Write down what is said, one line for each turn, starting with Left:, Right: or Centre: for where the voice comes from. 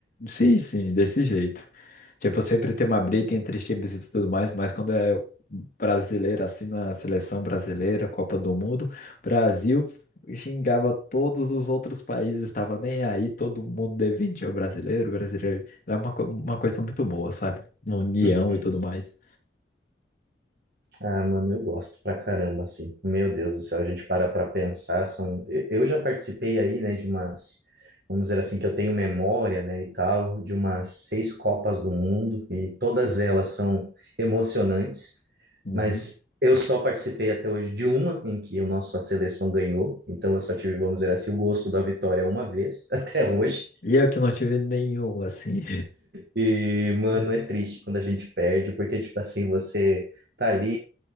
Left: Sim, sim, desse jeito. Tipo, sempre tem uma briga entre os times e tudo mais, mas quando é brasileiro, assim, na seleção brasileira, Copa do Mundo, Brasil xingava todos os outros países, estava nem aí, todo mundo devente ao brasileiro, brasileiro. Era uma, co- uma coisa muito boa, sabe? União
Right: <laughs>
Left: e tudo mais.
Right: Ah, mano, eu gosto pra caramba, assim. Meu Deus do céu, a gente para pra pensar, são... Eu já participei aí, né, de umas... Vamos dizer assim, que eu tenho memória, né, e tal, de umas seis Copas do Mundo, e todas elas são emocionantes,
Left: Uhum.
Right: mas eu só participei até hoje de uma em que o nosso- a nossa seleção ganhou, então eu só tive, vamos dizer assim, o gosto da vitória uma vez, <laughs> até hoje.
Left: E eu que não tive nenhum assim.
Right: E, mano,
Left: <laughs>
Right: é triste quando a gente perde, porque, tipo assim, você tá ali